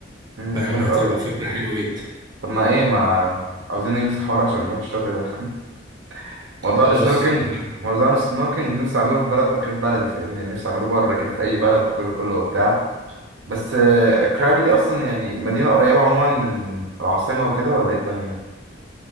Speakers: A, on the right (about 80°); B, on the right (about 20°).
A: امم
B: فاهم
A: حلو
B: هتبقى
A: قوي ده
B: فكرة حلوة جدا
A: طب ما ايه ما عاوزين ننجز الحوار عشان نروح الشاطئ ده <laughs> موضوع
B: خلاص
A: السنوركلينج
B: اتفقنا.
A: موضوع السنوركلينج نفسي اعمله في بلد غير بلدي فاهمني نفسي اعمله بره كده في اي بلد الجزء كله وبتاع بس آه، كرابي دي اصلا يعني مدينة قريبة عموما من العاصمة وكده ولا ايه الدنيا